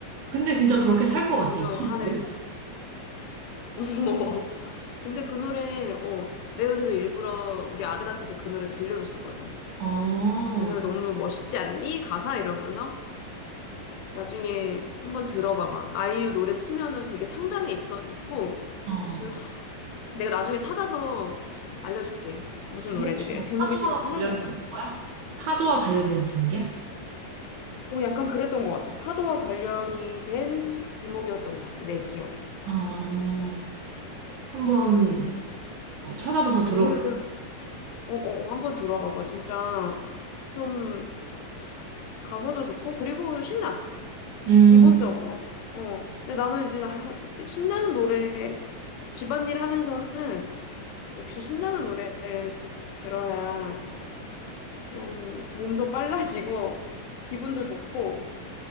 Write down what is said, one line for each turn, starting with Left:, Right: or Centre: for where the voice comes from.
Right: 근데 진짜 그렇게 살 것 같아,
Left: 그래서,
Right: 이 책은.
Left: 아, 네
Right: <laughs>
Left: 진짜. <laughs> 근데 그 노래, 어, 내가 그래서 일부러 우리 아들한테도 그 노래 들려줬었거든.
Right: 어, 어.
Left: 오늘 너무 멋있지 않니? 가사 이러면서 나중에 한번 들어봐봐. 아이유 노래 치면은 되게 상단에 있어 있고
Right: 어.
Left: 무슨 하- 내가 나중에 찾아서 알려줄게. 무슨
Right: 제목이
Left: 노래인지 내가
Right: 뭐
Left: 제목이
Right: 파도와
Left: 지금 생각이
Right: 관련이
Left: 안 나네.
Right: 있는 거야? 파도와 관련된 제목이야?
Left: 어, 약간 그랬던 것 같아. 파도와 관련이 된 제목이었던 것 같아. 내 기억에.
Right: 아, 한번 뭐 찾아봐서
Left: 검색을
Right: 들어봐요.
Left: 어, 어, 어, 한번 들어봐봐. 진짜 좀 가사도 좋고 그리고 신나.
Right: 음,
Left: 기본적으로. 어, 어, 근데 나는 이제 하- 신나는 노래 집안일 하면서는 역시 신나는 노래를 드- 들어야 좀 몸도 빨라지고 기분도 좋고